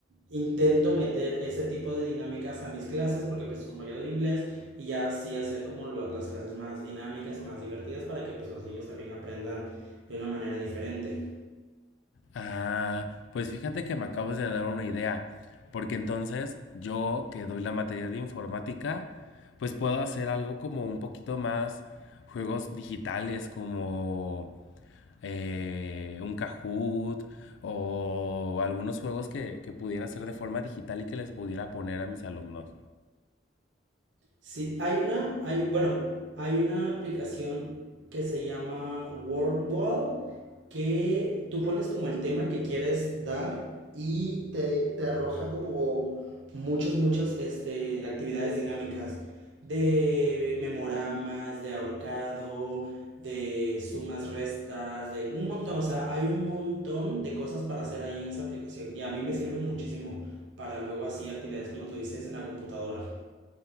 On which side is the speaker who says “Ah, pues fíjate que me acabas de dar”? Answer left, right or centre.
Left